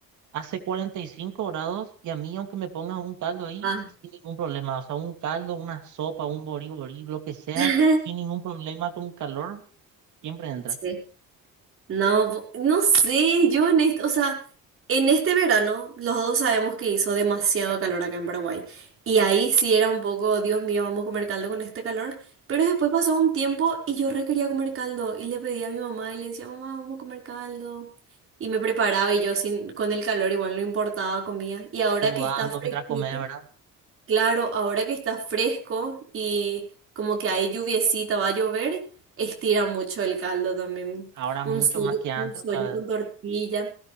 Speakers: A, on the right; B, on the right.
A: hace 45 grados y a mí, aunque me pongas un caldo ahí,
B: Ah,
A: sin ningún problema. O sea, un caldo, una sopa, un boriborí, lo que sea,
B: <laughs>
A: sin ningún problema con calor, siempre entra.
B: sí. No, po- no sé, yo en este, o sea, en este verano los dos sabemos que hizo demasiado calor acá en Paraguay. Y ahí sí era un poco, Dios mío, vamos a comer caldo con este calor. Pero después pasó un tiempo y yo re quería comer caldo. Y le pedí a mi mamá y le decía, mamá, vamos a comer caldo. Y me preparaba y yo sin, con el calor igual no importaba, comía. Y ahora
A: Sudando
B: que está fresquito.
A: mientras comes, ¿verdad?
B: Claro, ahora que está fresco y como que hay lluviecita, va a llover, estira mucho el caldo también.
A: Ahora
B: Un
A: mucho
B: sollo,
A: más que antes,
B: un sollo
A: otra
B: con
A: vez.
B: tortilla.